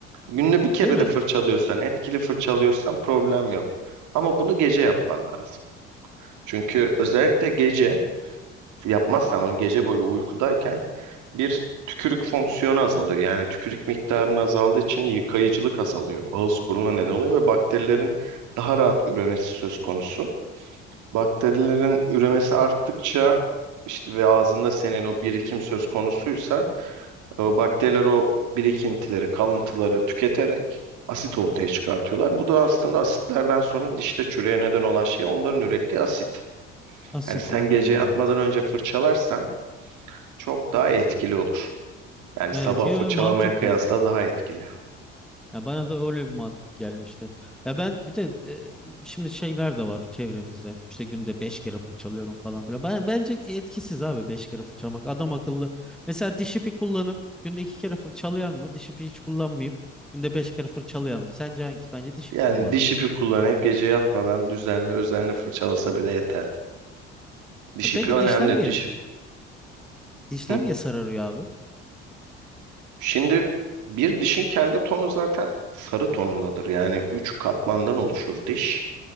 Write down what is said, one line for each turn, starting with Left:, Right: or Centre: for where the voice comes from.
Right: Günde bir kere
Centre: değil mi?
Right: de fırçalıyorsan, etkili fırçalıyorsan problem yok. Ama bunu gece yapman lazım. Çünkü özellikle gece yapmazsan bunu gece boyu uykudayken bir tükürük fonksiyonu azalıyor. Yani tükürük miktarının azaldığı için yıkayıcılık azalıyor. Ağız kuruluğuna neden oluyor ve bakterilerin daha rahat üremesi söz konusu. Bakterilerin üremesi arttıkça işte ve ağzında senin o birikim söz konusuysa o bakteriler o birikintileri, kalıntıları tüketerek asit ortaya çıkartıyorlar. Bu da aslında asitlerden sonra dişte çürüye neden olan şey onların ürettiği asit.
Centre: Asit
Right: Yani sen
Centre: anladım
Right: gece yatmadan
Centre: evet.
Right: önce fırçalarsan çok daha etkili olur. Yani
Centre: Evet,
Right: sabah
Centre: yo,
Right: fırçalamaya
Centre: yo, mantıklı.
Right: kıyasla daha etkili.
Centre: Ya bana da öyle bir mantık gelmişti. Ya ben bir de e, şimdi şeyler de var çevremizde. İşte günde beş kere fırçalıyorum falan filan. Ben, bence etkisiz abi beş kere fırçalamak. Adam akıllı. Mesela diş ipi kullanıp günde iki kere fırçalayan mı? Diş ipi hiç kullanmayıp günde beş kere fırçalayan mı? Sence hangisi? Bence diş
Right: Yani
Centre: ipi kullanandır.
Right: diş ipi kullanıp gece yatmadan düzenli özenli fırçalasa bile yeterli. Diş
Centre: E peki
Right: ipi önemli.
Centre: dişler niye?
Right: Diş...
Centre: Dişler
Right: Hı.
Centre: niye sararıyor abi?
Right: Şimdi bir dişin kendi tonu zaten sarı tonundadır. Yani üç katmandan oluşur diş.